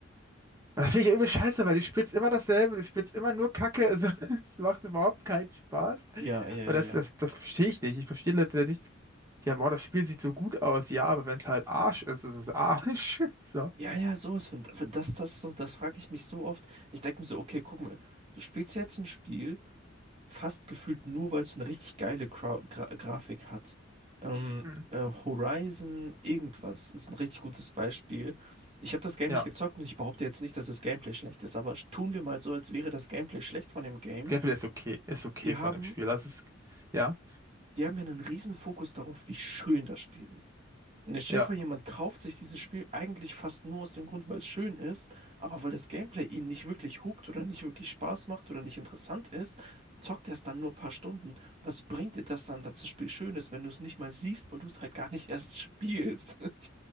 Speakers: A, on the right (about 15°); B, on the right (about 30°).
A: Das finde ich ja übel scheiße, weil du spielst immer dasselbe, du spielst immer nur Kacke. Also, <laughs> es macht überhaupt keinen Spaß.
B: ja, ja,
A: Und das,
B: ja.
A: das, das verstehe ich nicht. Ich verstehe Leute nicht. Ja, boah, das Spiel sieht so gut aus, ja, aber wenn es halt Arsch ist, ist es Arsch. <laughs> So.
B: Ja, ja, ja, sowas von. Das, das, so, das frage ich mich so oft. Ich denke mir so, okay, guck mal, du spielst jetzt ein Spiel, fast gefühlt nur, weil es eine richtig geile Grau Gra Grafik hat. Ähm,
A: Hm.
B: äh, Horizon irgendwas ist ein richtig gutes Beispiel. Ich habe das Game
A: Ja,
B: nicht gezockt und ich behaupte jetzt nicht, dass das Gameplay schlecht ist, aber tun wir mal so, als wäre das Gameplay schlecht von dem Game.
A: Gameplay ist okay, ist okay
B: Die haben
A: von dem Spiel. Also es, ja,
B: die haben ja einen riesen Fokus darauf, wie schön das Spiel ist. Und jetzt stell
A: ja,
B: dir vor, jemand kauft sich dieses Spiel eigentlich fast nur aus dem Grund, weil es schön ist, aber weil das Gameplay ihn nicht wirklich hookt oder nicht wirklich Spaß macht oder nicht interessant ist, zockt er es dann nur ein paar Stunden. Was bringt dir das dann, dass das Spiel schön ist, wenn du es nicht mal siehst, weil du es halt gar nicht erst spielst? <laughs>